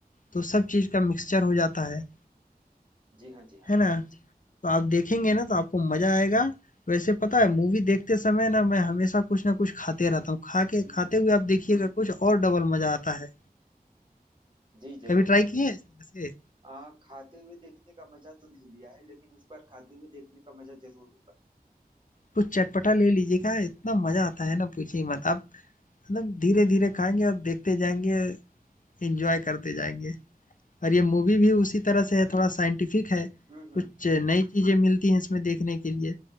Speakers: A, on the left; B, on the right.
A: तो सब चीज़ का मिक्सचर हो जाता है,
B: जी हाँ जी हाँ
A: है ना? तो आप देखेंगे ना तो आपको मज़ा आएगा। वैसे पता है मूवी देखते समय ना मैं हमेशा कुछ ना कुछ खाते रहता हूँ। खा के
B: हम्म,
A: खाते
B: हम्म,
A: हुए आप देखिएगा कुछ और डबल मज़ा आता है।
B: जी जरूर
A: कभी ट्राई किए हैं इस तरह से?
B: आ, खाते हुए देखने का मजा तो नहीं लिया है लेकिन इस बार खाते हुए देखने का मजा जरूर होगा
A: कुछ चटपटा ले लीजिएगा, इतना मज़ा आता है ना पूछिए मत। आप मतलब धीरे-धीरे खाएँगे और देखते जाएँगे, एन्जॉय करते जाएँगे। और ये मूवी भी उसी तरह से है, थोड़ा साइंटिफ़िक है,
B: हम्म
A: कुछ
B: हम्म
A: नई चीज़ें मिलती हैं इसमें देखने के लिए।